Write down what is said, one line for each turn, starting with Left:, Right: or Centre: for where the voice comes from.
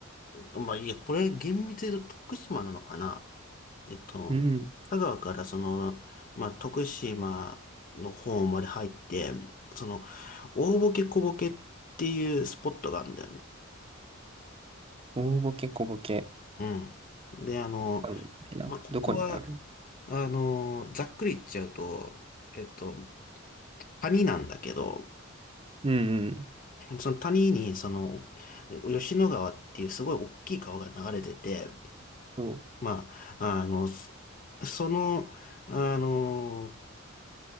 Left: うまあ、いや、これ厳密に言うと徳島なのかなえっと、
Right: うん。
Left: 香川からその、まあ、徳島の方まで入って、その、大ボケ小ボケっていうスポットがあるんだよね。
Right: 大ボケ小ボケ。
Left: うん。で、あの、
Right: あるみたいな。
Left: まあ、ここは、
Right: どこにある
Left: あの、ざっくり言っちゃうと、えっと、谷なんだけど、
Right: うんうん。
Left: その谷に、その、吉野川っていうすごい大きい川が流れてて、
Right: そう。
Left: まあ、あの、そその、あの、